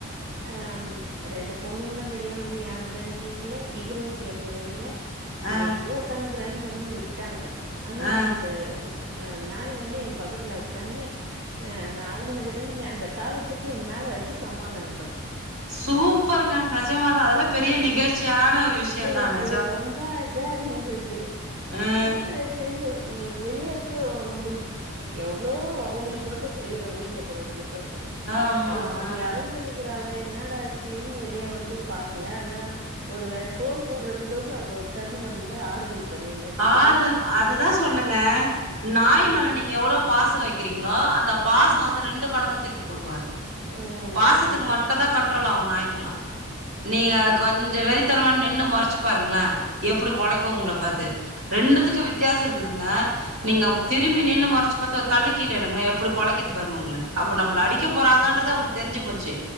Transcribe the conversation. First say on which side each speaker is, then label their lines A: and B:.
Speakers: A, on the right; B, on the right.
A: ஆ ரெண்டு பொண்ணுங்ளு வெளிய வந்து ஏ அழறேன்னு கேக்ல இவ்வரு கேக்க வே இல்ல வேல்ல
B: ஆ
A: எங்கேயோ உக்கானு குரேன்னு கம்னு விட்டாங்க ஆனா
B: ஆ
A: அந்த அ நாய் வந்து எ பக்கத்துல உக்காண்ணு ஆ நாள்ந்து <unintelligible> அந்த காலத்தூக்கி எம் மேல வெச்சு சமாதானம் ப
B: சூப்பருங்க நஜமாதா அதல்லா பெரிய நெகழ்ச்சியான ஒரு விஷயந்
A: எனக்கு
B: தான
A: ரொம்ப இதா இருந்துது
B: ஆ
A: ன்னடா இது வெளியருக்கற நம்ப இவ் எவ்ளோ அவுங்ளுக்கொசற செய்றோ வீட்ல இக்கறவுங்ளுக் சோ
B: ஆமா
A: ஒர்த்தி அழுந்துனுக்குறாலே
B: ஆ
A: என்னடாச்சுன் வெளிய வந்து பாக்ல ஆனா ஒரு வேள சோறு போடறத துகோசோ அது ஒக்காந்து நம்ள ஆறுதல் பண்ணின்னு இருக்குதுன்னு
B: ஆறுதல் அதுதா சொன்னங்க நாய்மேல
A: ம்
B: நீங்க எவ்ளோ பாசோ வெக்கறீங்ளோ அந்த பாசோ
A: ம்
B: வந்து ரெண்டு மடங்கா திருப்பி குடுக்கு அது
A: ம்
B: பாசத்துக்கு
A: அப்டிதா
B: மட்டுந்தா கண்ட்ரோல் ஆவோ நாய்ங்கலா நீங்க கொஞ்சோ வெறி த்தனமா நின்னு மொறச்சு பாருங்ளே எப்டி கொலைக்கு உங்கள பாத்து ரெண்டுத்துக்கு வித்யாசோ இருக்குதுங்க
A: ஆ
B: நீங்க திரும்பி
A: ம்
B: நின்னு மொறச்சு பாத்த கல்லு கீழ எடுங்ளே எப்டி கொலைக்கிது பாருங்க உங்ள
A: ஆ
B: அப்ப நம்ள அடிக்க போறாங்கன்றத அவுங் தெரிஞ்சி‌‌ போச்சி